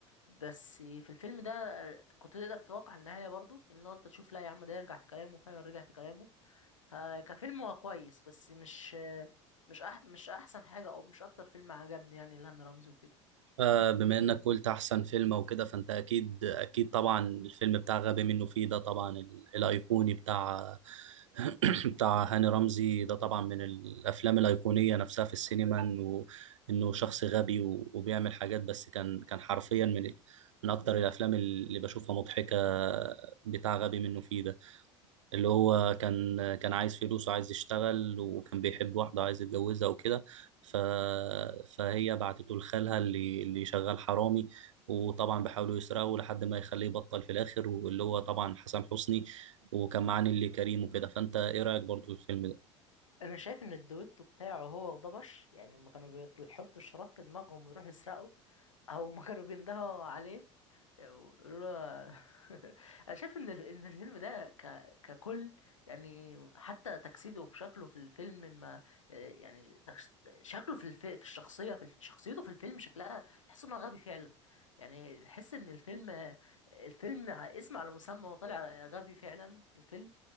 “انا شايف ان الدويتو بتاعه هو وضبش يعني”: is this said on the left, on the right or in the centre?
Left